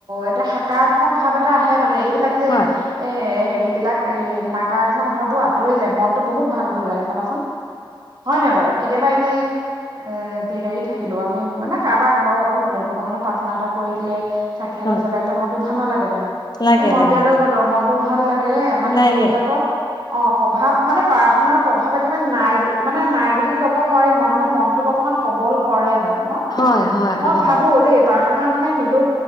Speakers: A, on the right (about 50°); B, on the left (about 50°).
A: এটা সাকাত্মক ভাৱ এটা আহে মানে এই বিলাক যে
B: হয়
A: এ হেৰি বিলাক এই নাকাত্মক ভাৱো আঁতৰি যায় মন বহুত ভাল ভাল লাগে চাবাচোন হয় নে বাৰু কেতিয়াবা এনে এ বে হেৰি থাকিলো আমি মানে কাৰোবাৰ ঘৰৰ অসুখ হলো ভগৱানৰ প্ৰাৰ্থনা এটা কৰি দিলে চাকি আক
B: হয়
A: জ্বলাই দিলে মনতটো ভাল নালাগে জানো
B: লাগে
A: এই মন্দিৰলৈ
B: লাগে লাগে
A: গলো মনতটো ভাল লাগে মানে
B: লাগে
A: এইবিলাকৰ অ প্ৰভাৱ মানে প্ৰাৰ্থনাৰ প্ৰভাৱ একেবাৰে নাই মানে নাই বুলি ক'ব নোৱাৰি মনে মনটোক অকমান সবল কৰে মানে ন
B: হয় হয়
A: মই
B: হয়
A: ভাবো দেই প্ৰাৰ্থনা মানে সেইটো